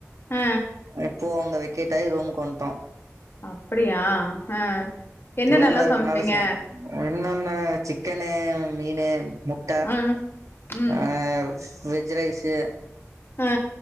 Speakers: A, on the left; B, on the right.
A: ஆ
B: அஹ் போ அங்க வெக்கேட்டாய் ரூமுக்கு வண்ட்டோ
A: அப்படியா ஹ் என்னன்னல்லா
B: ரூம்ல இருக்கனால
A: சமைப்பீங்க
B: ச என்னென்ன சிக்கனு மீனு முட்ட
A: ஆ ம்
B: ஆஹ் வெஜ் ரைஸு
A: ஆ